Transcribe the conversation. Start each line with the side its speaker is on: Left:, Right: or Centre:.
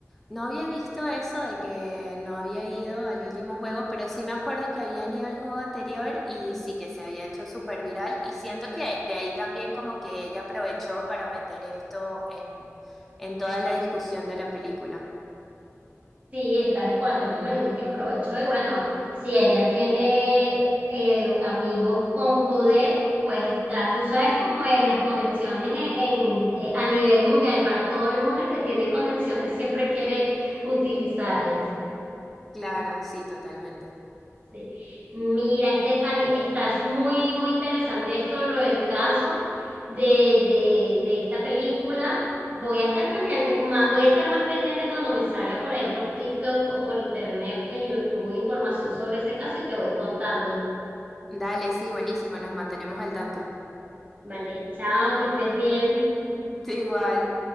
Centre: no había visto eso de que no había ido al último juego, pero sí me acuerdo que habían ido al juego anterior y sí que se había hecho súper viral. Y siento que de ahí también como que ella aprovechó para meter esto en, en toda la discusión de la película.
Right: Sí, tal cual, yo me imagino que aprovechó y bueno, si ella tiene eh, amigos con poder, pues tra- tú sabes cómo es las conexiones en, en- eh, a nivel mundial, para todo el mundo el que tiene conexiones siempre quiere utilizarlas.
Centre: Claro, sí, totalmente.
Right: Sí. Mira, Stephanie, estás muy, muy interesante esto, lo del caso de, de, de esta película. Voy a estar pendiente, más, voy a estar más pendiente cuando me salga por ahí por TikTok o por internet, en YouTube, información sobre ese caso y te voy contando.
Centre: Dale, sí, buenísimo, nos mantenemos al tanto.
Right: Vale, chao, que estés bien.
Centre: Tú igual.